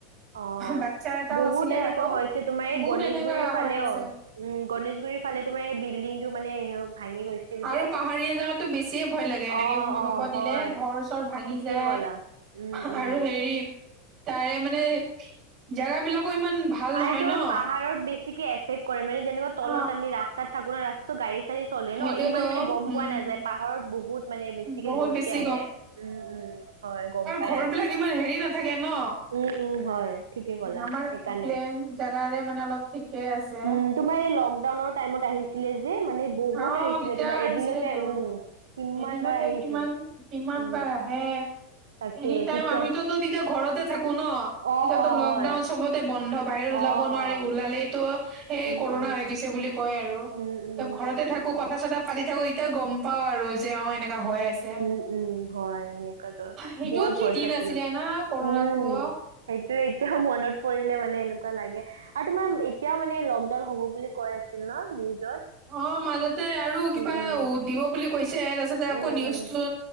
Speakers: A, on the right (about 70°); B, on the right (about 35°).
A: অ'
B: বাচ্ছা এটাও
A: বহুত
B: আছিলে
A: এনেকুৱা
B: আৰু
A: হৈছে তোমাৰ এই
B: বহুত
A: গণেশগুৰিৰ
B: এনেকা হৈ
A: ফালে
B: আছে
A: অ'। উম' গণেশগুৰিৰ ফালে তোমাৰ এই বিল্ডিংটো মানে ভাঙি গৈছিল
B: আৰু
A: যে
B: পাহাৰীয়া জাগাতো বেছিয়ে ভয় লাগে
A: অ',
B: এনেকে ভূমিকম্প
A: অ',
B: দিলে
A: হয়
B: ঘৰ চৰ ভাঙি
A: ঠিকেই
B: যায়।
A: ক'লা উম, উম।
B: আৰু হেৰি, তাৰে মানে জাগা বিলাকো ইমান ভাল
A: আৰু
B: নহয়
A: তোমাৰ
B: ন
A: পাহাৰত বেছিকে এফেক্ট কৰে মানে যেনেকুৱা তলত
B: অ
A: আমি ৰাস্তাত থাকো না ৰাস্তাটো গাড়ী চাড়ী চলে
B: সেইটোয়েতো
A: ন, ইমান মানে গম
B: উম
A: পোৱা নাযায় পাহাৰত বহুত মানে বেছিকে
B: বহুত
A: জোৰকে
B: বেছি
A: আহে, উম' উম'। হয় গম পাই।
B: ঘৰবিলাক
A: আৰু।
B: ইমান হেৰি নাথাকে ন।
A: উম, উম, হয় ঠিকে ক'লা
B: আমাৰ
A: সেইকাৰণে।
B: প্লেন জেগাৰে মানে অলপ ঠিকে আছে।
A: উম, তোমাৰ এই লকডাউনৰ টাইমত আহিছিলে যে মানে বহুত
B: অ'
A: আহিছিলে
B: তেতিয়া
A: তোমাৰ
B: আহিছিলতো
A: এদিনতে উম। কিমান
B: এদিনতে
A: বাৰ আহিছিলে
B: কিমান কিমান
A: উম,
B: বাৰ আহে।
A: তাকে
B: এনি টাইম
A: তেতিয়া
B: আমিতোতো তেতিয়া ঘৰতে থাকো ন।
A: অ',
B: তেতিয়াতো
A: অ',
B: লকডাউন
A: হয়
B: চবতে বন্ধ বাহিৰত
A: অ',
B: ওলাব নোৱাৰি
A: অ',
B: ওলালেইতো সেই
A: উম,
B: কৰোণা
A: উম।
B: হৈ গৈছে বুলি কয় আৰু।
A: উম উম
B: ত' ঘৰতে
A: দছ
B: থাকো
A: থাকে
B: কথা চথা পাতি থাকো তেতিয়া গম পাওঁ আৰু যে অ এনেকুৱা হৈ আছে।
A: উম উম হয় সেনেকুৱা দছ
B: সেইটোও
A: বৰ
B: কি
A: ভয়
B: দিন
A: খাইছিলো
B: আছিলে না কৰোণটোও।
A: উম সেইটোয়ে এতিয়াও মনত পৰিলে মানে এনেকুৱা লাগে। আৰু তোমাৰ এতিয়াও মানে লকডাউন হ'ব বুলি কৈ আছিল ন নিউজ
B: অ মাজতে আৰু কিবা
A: উম
B: দিব বুলি কৈছে তাৰছতে আকৌ
A: উম
B: নিউজটো
A: উম